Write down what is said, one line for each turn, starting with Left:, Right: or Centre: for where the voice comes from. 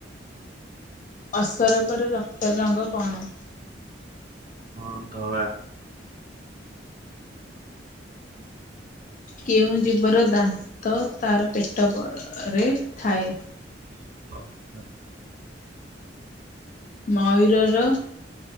Left: ଅସରପାର ରକ୍ତର ରଙ୍ଗ କଣ?
Right: ହଁ ଧଳା।
Left: କେଉଁ ଜୀବର ଦାନ୍ତ ତର ପେଟରେ ଥାଏ?
Right: <inaudible>
Left: ମୟୂରର